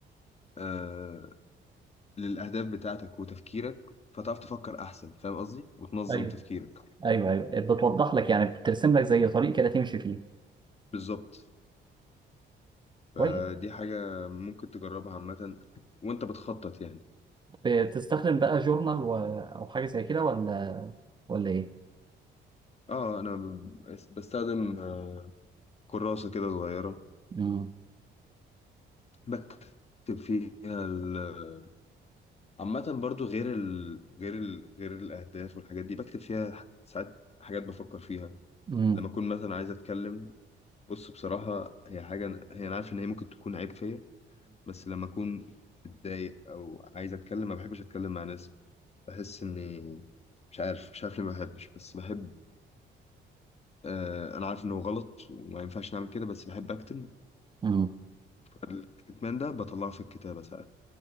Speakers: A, on the left; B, on the right.
A: آه، للأهداف بتاعتك وتفكيرك فتعرف تفكر أحسن فاهم قصدي وتنظم
B: ايوه
A: تفكيرك
B: ايوه ايوه آه، بتوضح لك يعني بترسم لك زي طريق كده تمشي فيه
A: بالظبط فدي
B: كويس
A: حاجة ممكن تجربها عامة وأنت بتخطط يعني
B: بتستخدم بقى جورنال و... او حاجه زي كده ولا ولا ايه
A: اه أنا ب- بستخدم آه، كراسة كده صغيرة
B: امم
A: بكتب فيها ال- عامة برضو غير ال... غير ال... غير الأهداف والحاجات دي بكتب فيها ساعات حاجات بفكر فيها
B: امم
A: لما أكون مثلا عايز أتكلم بص بصراحة هي حاجة هي أنا عارف إن هي ممكن تكون عيب فيا بس لما اكون متضايق او عايز اتكلم ما بحبش اتكلم مع ناس بحس اني مش عارف مش عارف ليه ما بحبش بس بحب آه انا عارف انه غلط وما ينفعش نعمل كده بس بحب اكتم
B: امم
A: فالكتمان ده بطلعه في الكتابة ساعات